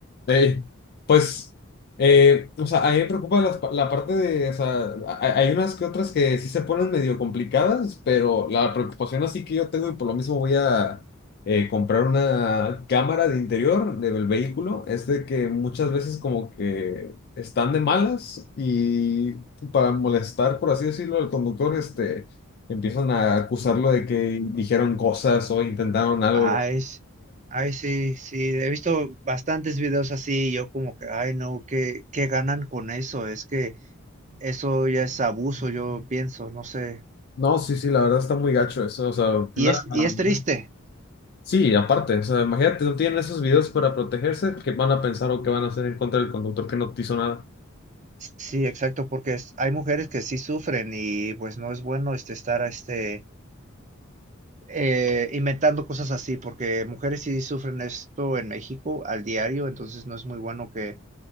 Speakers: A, on the left; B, on the right.
A: Ey, pues, eh, o sea, a mí me preocupa las pa- la, parte de, o sea, ha- hay unas que otras que sí se ponen medio complicadas, pero la preocupación así que yo tengo y por lo mismo voy a eh, comprar una cámara de interior del vehículo, es de que muchas veces como que están de malas y para molestar, por así decirlo, al conductor, este, empiezan a acusarlo de que dijeron cosas o intentaron algo.
B: Ay,
A: y
B: s- ay, sí, sí, he visto bastantes videos así y yo como que, ay, no, ¿qué, qué ganan con eso? Es que eso ya es abuso, yo pienso, no sé.
A: No, sí, sí, la verdad está muy gacho eso, o sea,
B: Y
A: nada,
B: es,
A: nada.
B: y es triste.
A: sí, aparte, o sea, imagínate, no tienen esos videos para protegerse, que van a pensar o que van a hacer en contra del conductor que no te hizo nada?
B: Sí, exacto, porque es- hay mujeres que sí sufren y pues no es bueno este estar este eh, inventando cosas así, porque mujeres sí sufren esto en México al diario, entonces no es muy bueno que